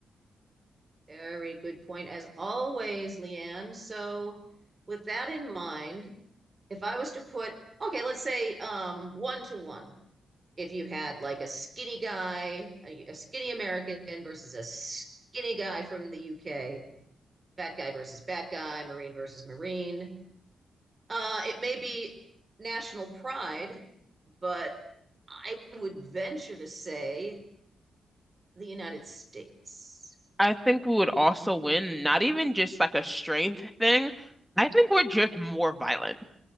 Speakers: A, on the right; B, in the centre.
A: Very good point, as always, Leanne. So, with that in mind, if I was to put, okay, let's say um, one to one, if you had like a skinny guy, a, a skinny American versus a skinny guy from the UK, fat guy versus fat guy, Marine versus Marine. Uh, it may be national pride, but I would venture to say the United States.
B: I think we would also win, not even just like a strength thing. I think we're just more violent.